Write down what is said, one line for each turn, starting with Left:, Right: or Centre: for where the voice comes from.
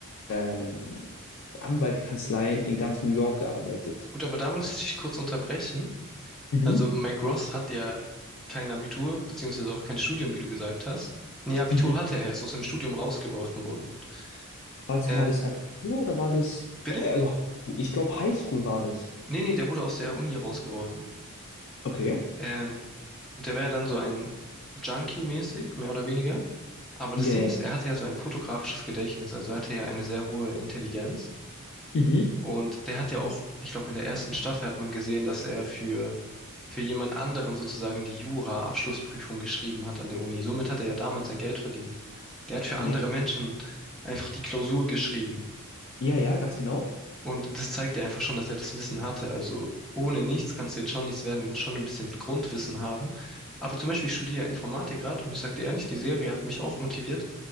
Left: ähm, Anwaltkanzleien in ganz New York gearbeitet.
Centre: Gut, aber da muss ich dich kurz unterbrechen.
Left: Mhm.
Centre: Also Mike Ross hat ja kein Abitur, beziehungsweise auch kein Studium, wie du gesagt hast. Nee, Abitur
Left: Mhm.
Centre: hatte er, er ist aus dem Studium rausgeworfen worden.
Left: War das,
Centre: Ähm,
Left: war das Abitur oder war das,
Centre: bitte?
Left: äh, also Highschool? Ich glaube, Highschool war das.
Centre: Nee, nee, der wurde aus der Uni rausgeworfen.
Left: Okay.
Centre: Ähm, und der war ja dann so ein Junkie-mäßig, mehr oder weniger. Aber
Left: Ja,
Centre: das Ding
Left: ja.
Centre: ist, er hatte ja so ein fotografisches Gedächtnis, also er hatte ja eine sehr hohe Intelligenz.
Left: Mhm.
Centre: Und der hat ja auch, ich glaube, in der ersten Staffel hat man gesehen, dass er für, für jemand anderen sozusagen die Jura-Abschlussprüfung geschrieben hat an der Uni. Somit hat er ja damals sein Geld verdient. Der hat für andere
Left: Ja,
Centre: Menschen einfach die Klausur geschrieben.
Left: ja, ja, ganz genau.
Centre: Und das zeigt ja einfach schon, dass er das Wissen hatte. Also ohne nichts kannst du jetzt schon nichts werden. Du musst schon ein bisschen Grundwissen haben. Aber zum Beispiel, ich studiere ja Informatik gerade und ich sage dir ehrlich, die Serie hat mich auch motiviert,